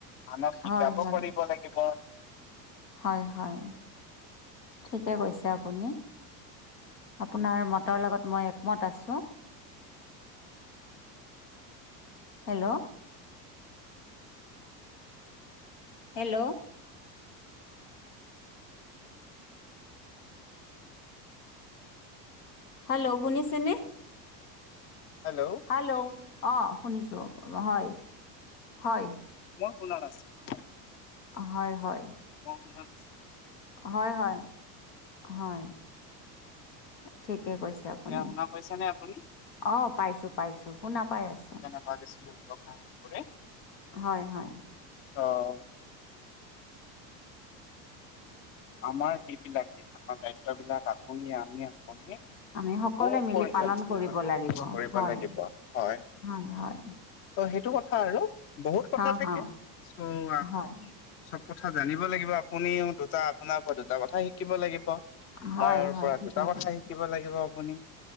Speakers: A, on the left; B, on the left.
A: আনক শিকাব
B: হয়, হয়,
A: পাৰিব লাগিব।
B: হয় হয় ঠিকে কৈছে আপুনি। আপোনাৰ মতৰ লগত মই একমত আছোঁ। হেল্ল'। হেল্ল'। হেল্ল' শুনিছেনে?
A: হেল্ল'।
B: হেল্ল' অঁ শুনিছোঁ হয় হয়।
A: মই শুনা নাছিলো।
B: হয় হয়।
A: কচ মাছ
B: হয় হয় হয় ঠিকে কৈছে আপুনি
A: শুনা পাইছে নে আপুনি?
B: অ পাইছো পাইছো শুনা পাই আছো
A: <unintelligible>
B: হয় হয়।
A: অ আমাৰ সেইবিলাকে আমাৰ দায়িত্ববিলাক আপুনিয়ে আমিয়ে সকলোৱে
B: আমি সকলোৱে
A: উপযোগী
B: মিলি পালন কৰিব লাগিব।
A: কৰিব
B: হয়,
A: লাগিব হয়।
B: হয়, হয়,
A: চ' সেইটো কথা আৰু বহুত কথা
B: হা,
A: থাকে
B: হা,
A: চ আহ
B: হয়,
A: চব কথা জানিব লাগিব আপুনিও দুটা আপোনাৰ পৰা দুটা কথা শিকিব লাগিব।
B: হয়,
A: মোৰ
B: হয়,
A: পৰা
B: ঠিকে
A: দুটা কথা
B: কৈছে।
A: শিকিব লাগিব আপুনি।